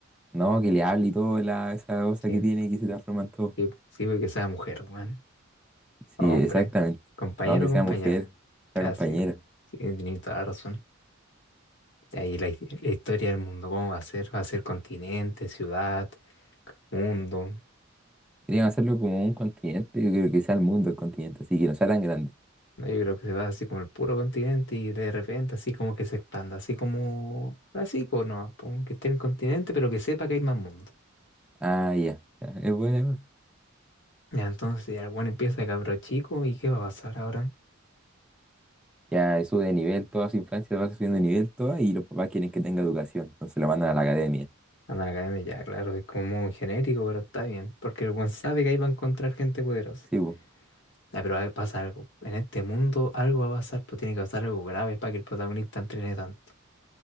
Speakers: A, in the centre; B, on the left.
A: no, que le hable y todo la, esa cosa
B: Sí,
A: que tiene que se transforma en todo.
B: sí, sí, porque sea mujer, weón.
A: Sí,
B: O Hombre,
A: exactamente.
B: compañero
A: Vamos
B: o
A: que
B: compañera.
A: sea mujer, sea
B: Ya,
A: compañera.
B: sí, sí, tienes toda la razón. Y ahí la, hi- la historia del mundo, ¿cómo va a ser? ¿Va a ser continente, ciudad, mundo?
A: Querían hacerlo como un continente, yo creo que sea el mundo el continente, así que no sea tan grande.
B: No, yo creo que se va así como el puro continente y de repente así como que se expanda, así como, así, pues no, pues, que esté el continente, pero que sepa que hay más mundo.
A: Ah, ya. Ya, es buena. igual.
B: Ya, entonces ya el weón empieza de cabro chico y ¿qué va a pasar ahora?
A: Ya sube de nivel toda su infancia, va subiendo de nivel toda y los papás quieren que tenga educación, entonces lo mandan a la academia.
B: Amalgame ya, claro, es como muy genérico, pero está bien. Porque el buen sabe que ahí va a encontrar gente poderosa.
A: Sí, po.
B: Ah, pero ahí pasa algo. En este mundo algo va a pasar, pues tiene que pasar algo grave para que el protagonista entrene tanto. <laughs>